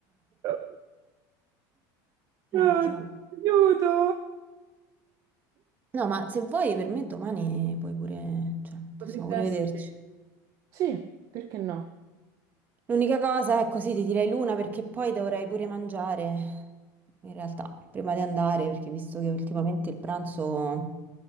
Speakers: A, on the right (about 35°); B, on the right (about 20°).
A: <laughs>
B: Eh,
A: No,
B: lo
A: aiuto!
B: so. No, ma se vuoi per me domani puoi pure, cioè, possiamo
A: Potrebbe
B: pure
A: essere.
B: vederci.
A: Sì, perché no?
B: L'unica cosa è così, ti direi l'una perché poi dovrei pure mangiare, in realtà, prima di andare, perché visto che ultimamente il pranzo